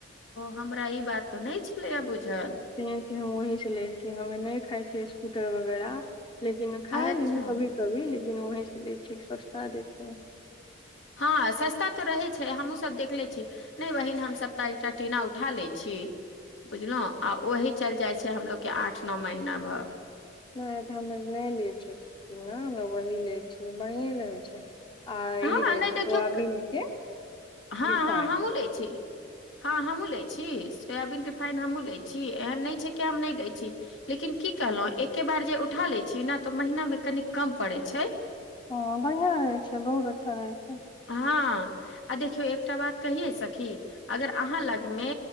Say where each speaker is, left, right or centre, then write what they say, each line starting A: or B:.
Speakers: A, on the left; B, on the left.
A: हमरा ई बात तऽ नय छलैए बुझल
B: से से हम वही से लै छिये हमे नय खाइ छियै बीसकूट वगैरह लेकिन खाए
A: अच्छा
B: लियू कभी कभी लेकिन बहिसँ दै छैय सस्ता दै छै ऊ
A: हँ सस्ता तऽ रहे छै हमहुँ सब देखले छी नइ बहिन हम सभ त एकटा टीना उठा लइ छी बुझलहु आ ओही चइल जाइ छै हमलोग के आठ नो महीना भर
B: नहि तऽ हमे नइ लै छियै से वही लै छियै बढ़िएँ रहै छै आ
A: हँ
B: ई रहे
A: नहि
B: छै सोयाबीन
A: देखियौ
B: के
A: हँ
B: रिफाइन
A: हँ हम लैय छी हँ हमहूँ लै छी सोयाबीन रिफाइन हमहूँ लै छी एहन नइ छै कि हम नय लै छी लेकिन की कहलहुँ एके बार जे उठा लै छी न तऽ महीनामे कनी कम पड़ै छै
B: ह बढ़िया रहै छै बहुत अच्छा रहै छै
A: हँ आ देखियौ एकटा बात कहिए सखी अगर अहाँ लग मे